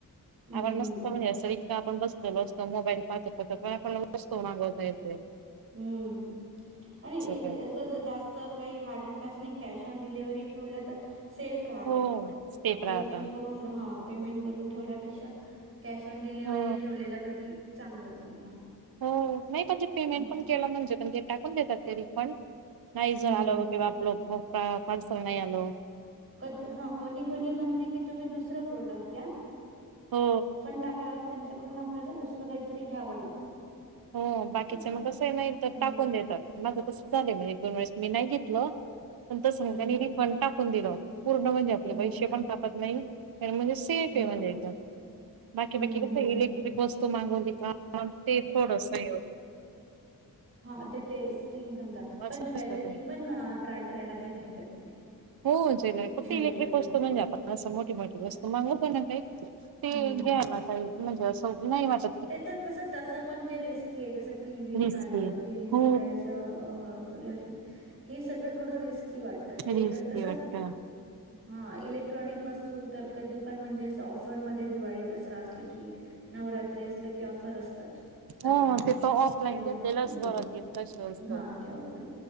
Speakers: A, on the right (about 35°); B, on the right (about 80°).
A: हम्म
B: आपण नसत म्हणज असं इका आपण बसलेलो असतो मोबाईल पाहतो पण आपणला वस्तो मागवता य ते
A: हम्म आणि
B: काय
A: जात का हड अ कश ऑन डिलेव्ही ठेव तर सेफ
B: हो स्टेप राहता
A: पमें करून पेमेंट करून ठेवल्यापेक्षा कॅश ऑन डिलेिव्ही
B: हो
A: ठेवलेला कधी चांगलं समजा
B: हो नाही पणजे पेमेंट
A: हम्म
B: पण केलं म्हणजे पण ते टाकून देतात ते रिफंड नाही जर आल
A: हम्म हम्म
B: किं बा आपल पार्सल नाही आलो
A: कध हा कोणी कोणी म्हणते की त् द प्रोड घ्या
B: हो
A: टाल्याच्याड ला दुसरं काहीतरी घ्यावं लागतं
B: हो बाकीच
A: असं
B: मग कसं नाही तर
A: हम्म
B: टाकून देतात माझं तसं चालं म्हणजे एक दोन वेळेस मी नाही घेतलं पण त समगनी
A: हम्म
B: फण टाकून दिलं पूर्ण म्हणजे आपले
A: हम्म
B: पैसे पण काापत नाही म्हणजे
A: हम्म
B: ते म्हज एकद बाकी
A: हम्म
B: बाकी कस
A: हम्म
B: इलेक्ट्रिक
A: हम्म
B: वस्तू मगोलिक होडसय हो
A: हा ते टेस्टिंग समजा
B: असं
A: पण ज्वेलरी
B: असतं ते
A: पण ट्राय करायला काही हरकत नाही
B: हो ज्वेलरी फक्ती
A: ज्वेलरी
B: इलेक्ट्रिक वस्तू म्हणजे आपण अस मोठी मोठी वस्तू मागत ना काही ते
A: हम्म
B: घ्याय मा का म्हणजे असं नाही माझ
A: ते तर कसं तसं पण ते रिस्की आहे जसं टी व्ही
B: रिस्की
A: झालं टी व्ही
B: हो
A: फुटायचं फ्री हे सगळं थोडं रिस्की वाटतं ते
B: रिस्की
A: तर कसं
B: <unintelligible>
A: ह इलेक्ट्रॉनिक वस्तू तर कधी पण म्हणजे असं ऑफरमध्येध्ये दिवाळी दसरा असल की नवरात्री असलं की ऑफर असतात चांगल्या
B: हो ते तर ऑफलाईन
A: तेव्हा
B: घेतलेलंच
A: हम्
B: बरं ते तस असतो.
A: हा तेव्हा आप